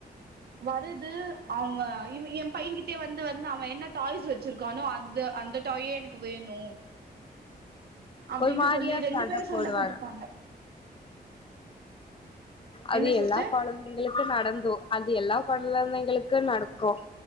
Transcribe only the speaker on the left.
ஒரு மாரியா
சண்ட
போடுவாங்க
அது
எல்லா கொழந்தைகளுக்கு நடந்தூ அது எல்லா கொழந்தைங்களுக்கு நடக்கூ